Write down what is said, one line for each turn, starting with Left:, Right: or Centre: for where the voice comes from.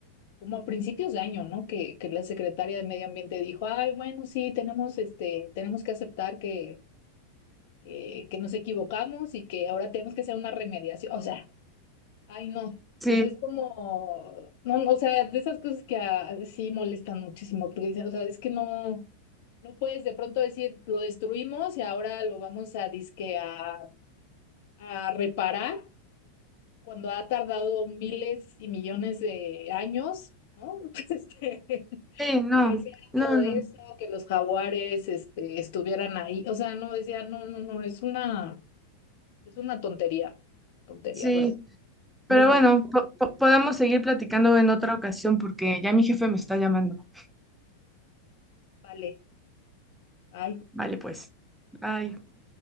Left: como a principios de año, ¿no? Que, que la secretaria de Medio Ambiente dijo, ay, bueno, sí, tenemos este, tenemos que aceptar que, que, que nos equivocamos y que ahora tenemos que hacer una remediación. O sea, Ay, no.
Centre: sí,
Left: Pues es como, no, no, o sea, de esas cosas que ah, sí molestan muchísimo, porque dicen, o sea, es que no, no puedes de pronto decir, lo destruimos y ahora lo vamos a disque a, a reparar cuando ha tardado miles y millones de años, ¿no? <laughs> Pues este, que
Centre: sí, no,
Left: hiciera
Centre: no,
Left: todo
Centre: no,
Left: eso, que los jaguares, este, estuvieran ahí. O sea, no decía, no, no, no, es una, es una tontería, tontería,
Centre: sí.
Left: re-
Centre: Pero
Left: muy molesta.
Centre: bueno, po- po- podemos seguir platicando en otra ocasión porque ya mi jefe me está llamando.
Left: Vale. Ay,
Centre: Vale, pues. Bye.